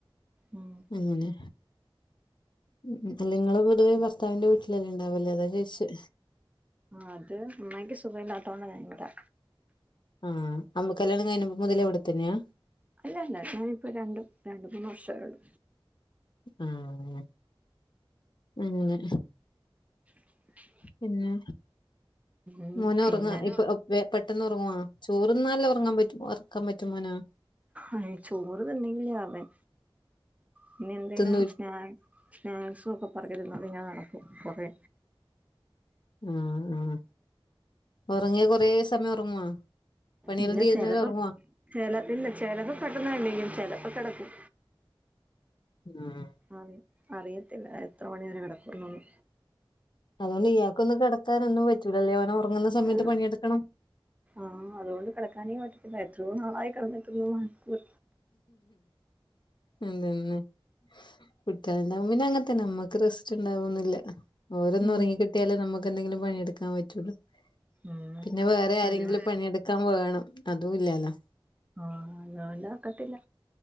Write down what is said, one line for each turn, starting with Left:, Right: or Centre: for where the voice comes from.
Right: ഉം
Left: അങ്ങനെ മ്ഹ്. അല്ലേങ്ങള്. പൊതുവേ ഭർത്താവിന്റെ വീട്ടിലല്ലേണ്ടാവല്. അതാ ചോയിച്ച
Right: ആത്. അമ്മായ്ക്ക് സുഖയില്ലാതോണ്ട. ഞാനിവിടെ.
Left: ആഹ. അമ്മക്കല്ല്യണം കഴിഞ്ഞപ. മുതലേവിടെത്തന്നെയാ.
Right: അല്ലല്ല ഞാനിപ്പോ രണ്ടു രണ്ട് മൂന്ന് വർഷായള്ളൂ.
Left: ആഹ് അങ്ങനെ
Right: <inaudible>
Left: പിന്നെ
Right: ഉം
Left: മോനൊറങ്ങാ.
Right: പിന്നെ
Left: ഇപ്പൊ ഒപ്പ്. വെ, പെട്ടെന്നൊറങ്ങുവ? ചോറ്ന്നാലേ ഒറങ്ങാപറ്റും ഒറക്കപറ്റും മോന.
Right: ആയി. ചോറ്തിന്നങ്കി അവൻ. പിന്ന എന്തേനെ
Left: തിന്നൂൽ
Right: സ്നേ സ്നെക്സുക്കെ പറക്കിന്നാണ്ട്. ഞ്ഞ അറകും കുറേ.
Left: ആഹ് ആഹ് ഒറങ്ങിയ കൊറേ സമയംഒറങ്ങുവ. പണിയെല്ലാം
Right: ഇല്ല
Left: തീരുന്നവരെ
Right: ചെലപ്പം
Left: ഒറങ്ങുവ.
Right: ചെല ഇല്ല. ചെലത് പെട്ടന്ന് എണീക്കും ചെലപ്പകെടക്കും.
Left: ആഹ.
Right: അറി. അറിയത്തില്ല എത്ര മണി വരെ കെടക്കൂന്നൊന്ന്.
Left: അതോണ്ട് ഇയാക്കൊന്ന് കെടക്കാനൊന്നും പറ്റൂലല്ലേ. ഓന് ഒറങ്ങ്ന്ന സമയത്ത്
Right: ഓഹ്
Left: പണിയെടുക്കണം.
Right: ആഹ് അതുകൊണ്ട് കിടക്കാനേ പറ്റത്തില്ല എത്രയോ നാളായി കിടന്നിട്ടിന്നു മണിക്കൂർ
Left: അതന്നെ കുട്ടികളിണ്ടാകുമ്പോ പിന്നെ അങ്ങനതന്നെ നമ്മ ക്ക് റസ്റ്റ് ഉണ്ടാവോന്നും ഇല്ല ഓരൊന്ന്
Right: ഉം
Left: ഒറങ്ങി കിട്ടിയാലേ നമുക്ക് എന്തെങ്കിലും പണിയെടുക്കാൻ പറ്റോള്ളൂ
Right: ഉം
Left: പിന്നെ വേറെ
Right: അങ്ങനെ
Left: ആരെങ്കിലും പണിയെടുക്കാൻ വേണം അതും ഇല്ലാല്ലോ
Right: ആഹ് ഞാനില്ലാതൊക്കത്തില്ല